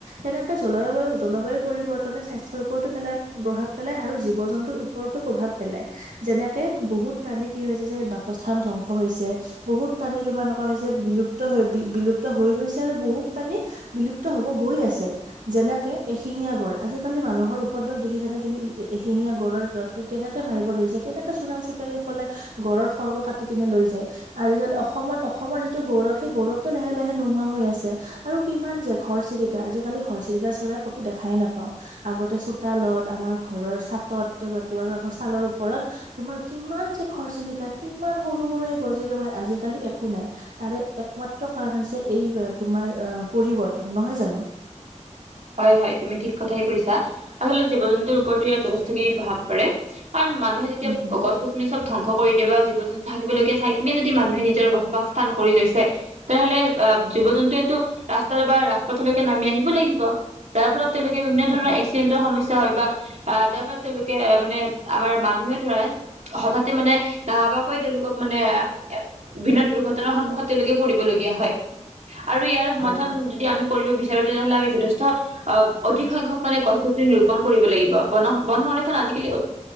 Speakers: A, on the right (about 90°); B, on the right (about 65°).
A: তেনেকে জলায়ু জলবায়ু পৰিৱৰ্তনে স্বাস্থ্যৰ ওপৰতো পেলায়। প্ৰভাৱ পেলাই আৰু জীৱ জন্তুৰ ওপৰতো প্ৰভাৱ পেলায়। যেনেকে বহুত প্ৰাণী কি হৈছে যে। বাসস্থান ধ্বংস হৈছে। বহুত প্ৰাণী তোমাৰ এনেকুৱা হৈছে বিলুপ্ত হৈ বিলুপ্ত হৈ গৈছে। আৰু বহুত প্ৰাণী বিলুপ্ত হব গৈ আছে। যেনেকে এশিঙীয়া গড় আজিকালি মানুহৰ ওপৰত দেখিছানে তুমি এশিঙিয়া গড় ৰ কেনেকে মাৰিব ধৰিছে। কেনেকে চোৰাং চিকাৰী সকলে গড়ৰ গড়ৰ খৰ্গ কাটি কিনে লৈ যায়। আজিকালি অসমত অসমৰ যিটো গৌৰৱ সেই গৌৰৱতটো লাহে লাহে নোহোৱা হৈ আছে। আৰু কিমান যে ঘৰ চিৰিকা। আজিকালি ঘৰচিৰিকা চৰাই ক'তো দেখাই নাপাও। আগতে চোতাল তালত আমাৰ ঘৰৰ চাটত বা তোমালোকৰ ছালৰ ওপৰত তোমাৰ কিমান যে ঘৰ চিৰিকা- কিমান সৰু সৰু ঘৰ চিৰিকা আজিকালি একো নাই তাৰে একমাত্ৰ কাৰণ হৈছে এই- তোমাৰ পৰিৱৰ্তন নহয় জানো।
B: হয় হয় তুমি ঠিক কথাই কৈছা আচলতে জীৱ জন্তুৰ ওপৰতো ইয়াৰ যথেষ্টখিনি প্ৰভাৱ পৰে। কাৰণ মানুহে যেতিয়া
A: উম হম
B: গছ গছনি চব। ধ্বংস কৰি দিব জীৱ জন্তু থাকিবলগীয়া ঠাইখিনিয়ে যদি মানুহে নিজৰ বসবাস স্থান কৰি লৈছে। তেনেহ'লে অ
A: হয়
B: জীৱ জন্তুৱেটো ৰাস্তাৰ বা ৰাজপথৰলৈকে নামি আহিবই লাগিব। যাৰ ফলত তেওঁলোকে বিভিন্ন ধৰণৰ
A: তাকে
B: একচিদেন্তৰ সমস্যা। হয় বা আহ যাৰ ফলত তেওঁলোকে মানে আমাৰ মানুহে ধৰা- হঠাতে মানে নাহা বোৱাকৈ তেওঁলোকক মানে বিভিন্ন দুৰ্ঘটনাৰ সন্মুখত তেওঁলোকক। পৰিলগীয়া
A: উম
B: হয়
A: হুম,
B: আৰু ইয়াৰ সমাধান
A: হয় হয়
B: যদি আমি কৰিব বিচাৰো তেনেহলে আমি যথেষ্ট। অ অধিক সংখ্যক মানে গছ গছনি ৰূপণ কৰিব লাগিব বন বন সংৰক্ষন আজিকালি